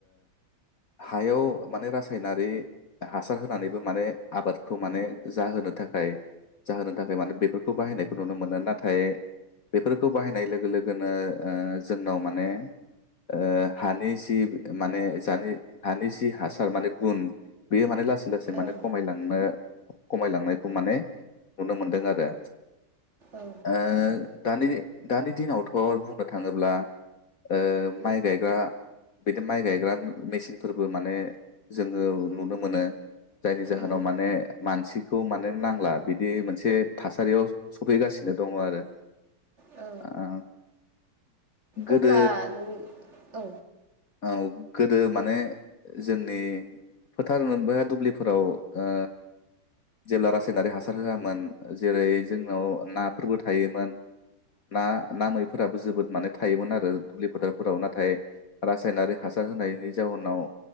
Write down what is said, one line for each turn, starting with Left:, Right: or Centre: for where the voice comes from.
Left: हायाव माने रासायनारि हासार होनानैबो माने आबादखौ माने जाहोनो। थाखाय जाहोनो थाखाय माने बेफोरखौ बाहायनाय। नुनो मोनो नाथाय बेफोरखौ बाहायनाय लोगो लोगोनो ओ जोंनाव माने। ओ हानि जि माने हानि जि हासार माने गुन। बेयो माने। लासै लासै माने
Right: उम
Left: खमायलांनो खमायलांनायखौ माने नुनो मोनदों आरो।
Right: औ
Left: ओ दानि दानि दिनावथ बुंनो थांङोब्ला। ओ माइ गायग्रा। बिदि माइ गायग्रा मेसिनफोरबो माने जोंङो नुनो मोनो। जायनि जाहोनाव
Right: ओं
Left: माने मानसिखौ माने। नांला बिदि मोनसे थासारियाव सफैगासिनो दङ आरो।
Right: औ।
Left: ओ गोदो।
Right: अब्ला नों औ
Left: औ गोदो माने जोंनि। फोथार एबा दुब्लिफोराव ओ जेब्ला। रासायनारि हासार होआमोन जेरै जोंनाव नाफोरबो थायोमोन। ना ना मैफोराबो जोबोद माने थायोमोन आरो दुब्लि फोथारफोराव नाथाय रासायनारि हासार। होनायनि जाउनाव।